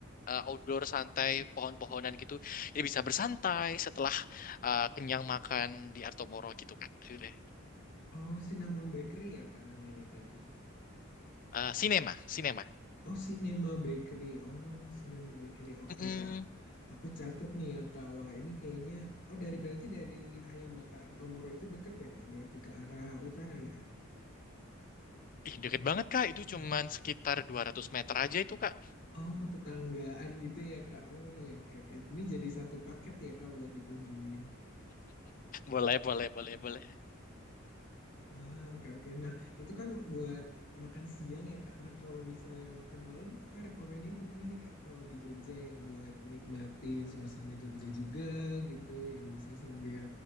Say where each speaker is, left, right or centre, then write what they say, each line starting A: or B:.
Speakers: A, on the left; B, on the left.
A: eh, outdoor santai, pohon-pohonan gitu. Jadi bisa bersantai setelah eh, kenyang makan di Artomoro gitu kan. Akhirnya.
B: Oh, Cinnamon Bakery ya, Kak, namanya tadi.
A: Eh, sinema, sinema.
B: Oh, Cinema Bakery. Oh, Cinema Bakery. Oke,
A: Mm-mm.
B: Kak. Aku catat nih ya, Kak. Wah, ini kayaknya... Oh, dari berarti dari Ayam Bakar Artomoro itu deket ya, Kak? Berarti ke arah utara ya?
A: Ih, deket banget Kak, itu cuman sekitar 200 meter aja itu Kak.
B: Oh, tetanggaan gitu ya, Kak. Oh, iya, oke, oke. Ini jadi satu paket ya, Kak, buat dikunjungin.
A: Boleh, boleh, boleh, boleh.
B: Wah, oke, oke. Nah, itu kan buat makan siang ya, Kak. Nah, kalau misalnya makan malam, Kakak rekomenin kemana nih, Kak? Kalau di Jogja yang buat nikmatin suasana Jogja juga gitu, yang bisa sambil